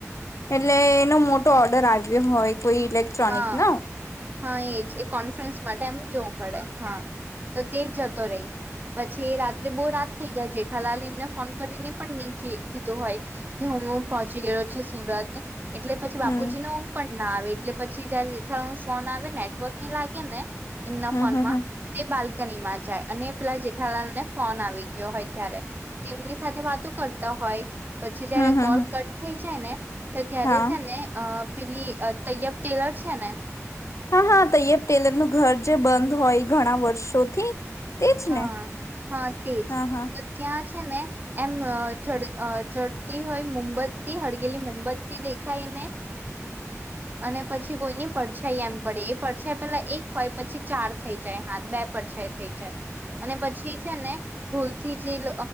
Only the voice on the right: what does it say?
હા
હા એ જ એ કોન્ફરન્સ માટે એમ જોવું પડે હા તો તે જ જતો રહી પછી રાત્રે બહુ રાત થઈ જાય જેઠાલાલ એમને ફોન કરીને પણ નીખી કીધું હોય કે હું પહોંચી ગયો છે, સુરત એટલે પછી
બાપુજી ન હું પણ ના આવે એટલે પછી, જયારે જેેઠળું ફોન આવે ને લાગે ને એમના
ફોનમાં
બા કનીમાં જાય અને પેલા જેઠાલાને ફોન આવી ગયો હોય ત્યારે તેમની સાથે વાતો કરતા હો હોય પછી જયારે
કોલ
કટ થઈ જાય ને તો ત્યારે
છે ને પેલી તૈયબ ટેલર છે ને
હા
હા તેજ
તો ત્યાં છે ને એમ ચ ચડતી હોય મોમબત્તી હડગેલી મોમબત્તી દેખાયાઈને અને પછી કોઈની પડછાઈ એમ પડે એ પડછાઈ પેલા એક હોય પછી ચાર થઈ જાય હાથ બે પણ છે થઈ જાય અને પછી છે ને ભૂલથી જેલ